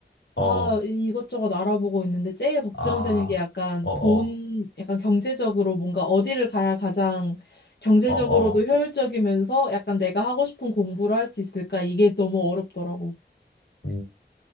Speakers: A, on the left; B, on the left.
A: 어,
B: 아, 이- 것저것 알아보고 있는데 제일 걱정되는
A: 아,
B: 게 약간
A: 어, 어,
B: 돈, 약간 경제적으로 뭔가 어디를 가야 가장 경제적으로도
A: 어, 어.
B: 효율적이면서 약간 내가 하고 싶은 공부를 할 수 있을까? 이게 너무 어렵더라고.
A: 음.